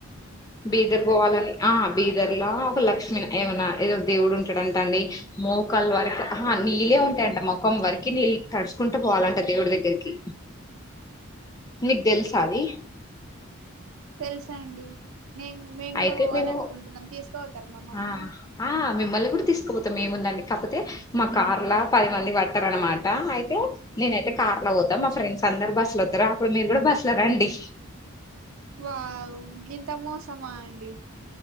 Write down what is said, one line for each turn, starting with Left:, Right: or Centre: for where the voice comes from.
Left: బీదర్ పోవాలని ఆ బీదర్ లో ఒక లక్ష్మీ ఏమనా ఏదో దేవుడు ఉంటాడుంట అండి మోకాలు వరకు నీళ్ళే ఉంటాయంట ముఖం వరకు నీళ్ళు తడుచుకుంటూ పోవాలంట దేవుడి దగ్గరికి మీకు తెలుసా అది
Right: తెలుసండి నేను మేము కూడా
Left: అయితే
Right: పోవాల
Left: మేము
Right: అనుకుంటున్నాం తీసుకుపోతరా మా మమ్మల్ని
Left: ఆ ఆ మిమ్మల్ని కూడా తీసుకుపోతాం ఏముందండి కాకపోతే మా కార్లా పది మంది పట్టారు అనమాట అయితే నేనైతే కార్ లో పోతా మా ఫ్రెండ్స్ అందరు బస్ లో వతారు అప్పుడు మీరు కూడా బస్ లో రండి
Right: వావ్ గింత మోసమా అండి